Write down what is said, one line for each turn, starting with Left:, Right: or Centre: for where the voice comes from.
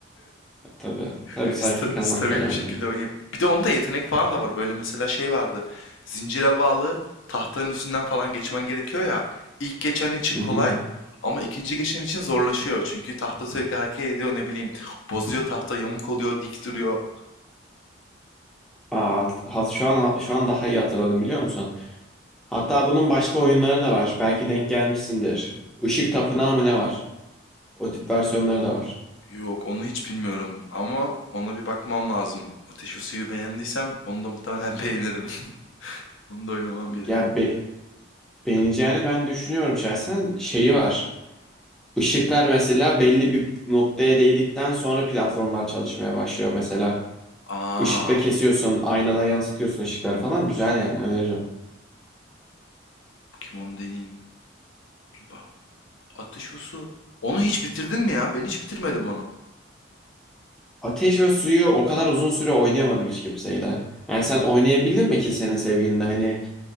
Centre: Tabii. Tabii
Left: Ve
Centre: sakin
Left: sta-
Centre: kalmak
Left: stabil
Centre: da önemli.
Left: bir şekilde oynayıp. Bir de onda yetenek falan da var. Böyle mesela şey vardı. Zincire bağlı tahtanın üstünden falan geçmen gerekiyor ya. İlk geçen için
Centre: Hı
Left: kolay
Centre: hı.
Left: ama ikinci geçen için zorlaşıyor. Çünkü tahta sürekli hareket ediyor ne bileyim. Bozuyor tahta, yamuk oluyor, dik duruyor.
Centre: Aa, hat- şu an şu an daha iyi hatırladım biliyor musun? Hatta bunun başka oyunları da var. Belki denk gelmişsindir. Işık Tapınağı mı ne var? O tip versiyonları da var.
Left: Yok onu hiç bilmiyorum ama ona bir bakmam lazım. Ateş ve suyu beğendiysem onu da muhtemelen <laughs> beğenirim. <laughs> Onu da oynamam gerek.
Centre: Ya be beğeneceğini ben düşünüyorum şahsen. Şeyi var. Işıklar mesela belli bir noktaya değdikten sonra platformlar çalışmaya başlıyor mesela.
Left: Aa,
Centre: Işıkla kesiyorsun, aynada yansıtıyorsun ışıkları falan. Güzel yani öneririm.
Left: kim onu deneyeyim. Bak, Ateş ve su. Onu hiç bitirdin mi ya? Ben hiç bitirmedim onu.
Centre: Ateş ve Suyu o kadar uzun süre oynayamadım hiç kimseyle. Yani sen oynayabildin mi ki senin sevgilinle hani?